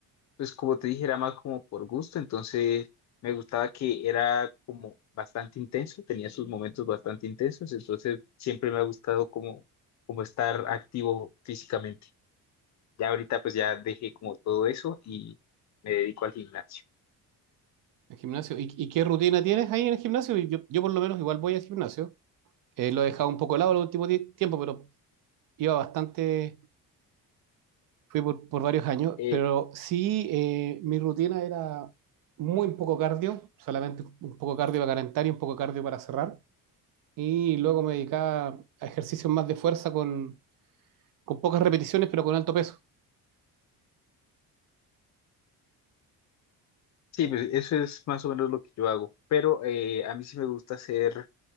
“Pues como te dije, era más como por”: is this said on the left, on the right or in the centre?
Left